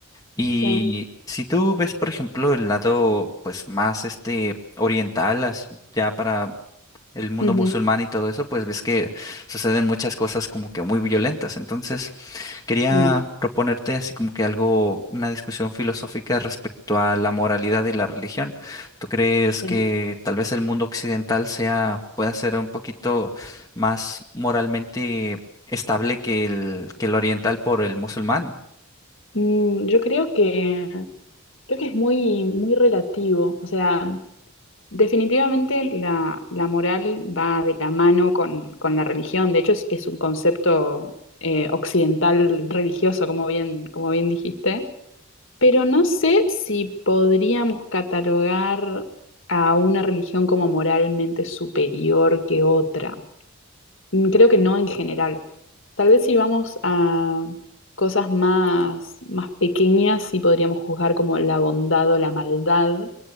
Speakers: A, on the left; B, on the left.
A: Y
B: sí.
A: si tú ves, por ejemplo, el lado pues más este oriental, as- ya para el mundo
B: Ujú,
A: musulmán y todo eso, pues ves que suceden muchas cosas como que muy violentas. Entonces, Quería
B: Mm.
A: proponerte así como que algo, una discusión filosófica respecto a la moralidad y la religión. ¿Tú crees
B: sí.
A: que tal vez el mundo occidental sea, pueda ser un poquito más moralmente estable que el, que el oriental por el musulmán?
B: Mm, yo creo que creo que es muy, muy relativo. O sea, definitivamente la, la moral va de la mano con, con la religión. De hecho, es, es un concepto eh, occidental religioso, como bien, como bien dijiste. Pero no sé si podríamos catalogar a una religión como moralmente superior que otra. Mm, Creo que no en general. Tal vez si vamos a cosas más, más pequeñas, sí podríamos juzgar como la bondad o la maldad,